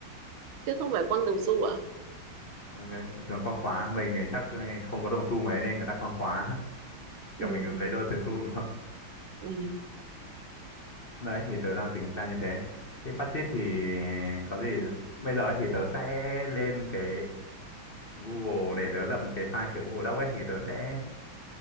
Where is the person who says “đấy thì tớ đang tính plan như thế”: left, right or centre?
Left